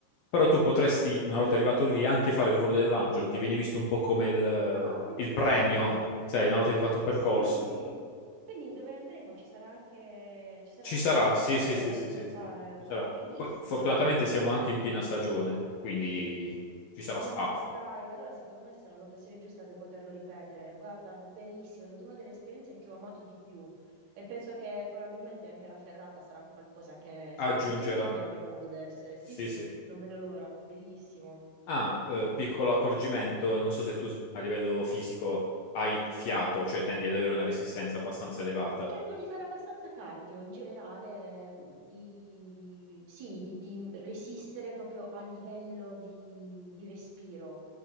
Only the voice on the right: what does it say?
Ah, bellissimo.
Sì, sì. Quindi dove andremo? Ci sarà anche, ci sarà
anche
il volo
dell'angelo
da
poter
fare.
Bah,
bellissimo.
No,
va- dai, allora secondo me sarà l'occasione giusta per poterlo ripetere. Guarda, bellissimo, è stata una delle esperienze che ho amato di più e penso che probabilmente anche la ferrata sarà un qualcosa che sarà
molto in linea col modo d'essere. Sì,
sì,
non vedo l'ora, bellissimo.
Cerco di fare abbastanza cardio in generale, di, sì, di, di resistere proprio a livello di, di respiro.